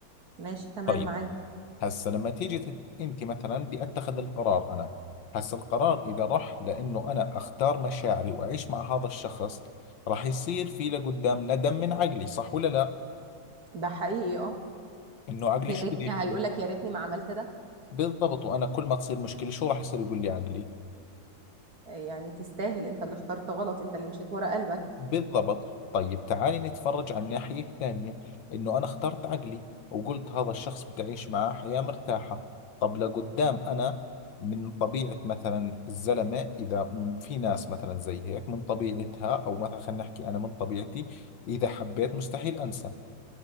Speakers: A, on the right (about 55°); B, on the left (about 75°).
A: ماشي تمام
B: طيب
A: معاك
B: هسه لما تيجي تت... انت مثلا بدي اتخذ القرار انا هسه القرار اذا راح لانه انا اختار مشاعري واعيش مع هذا الشخص راح يصير في لقدام ندم من عقلي صح ولا لا
A: ده حقيقي اه
B: انه عقلي
A: يا
B: شو
A: ريتني
B: بده يحكي
A: هيقول لك يا ريتني ما عملت ده
B: بالضبط وانا كل ما تصير مشكلة شو راح يصير يقول لي عقلي
A: يعني تستاهل انت اللي اخترت غلط انت اللي مشيت ورا قلبك
B: بالضبط طيب تعالي نتفرج على الناحية الثانية إنه أنا اخترت عقلي وقلت هذا الشخص بدي أعيش معاه حياة مرتاحة طب لقدام أنا من طبيعة مثلا الزلمة إذا م- في ناس مثلا زي هيك من طبيعتها أو مثلا خلينا نحكي أنا من طبيعتي إذا حبيت مستحيل أنسى